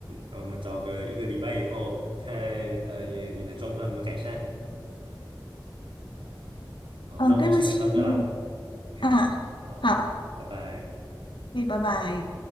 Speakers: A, on the right; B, on the left.
A: 呃我们找个一个礼拜以后看呃也你的状况有没有改善。好，
B: 嗯，
A: 那我们就先聊到这啦。
B: 对不起，嗯
A: o
B: 啊，
A: 好，
B: 好，
A: 那拜拜。
B: 对，拜拜。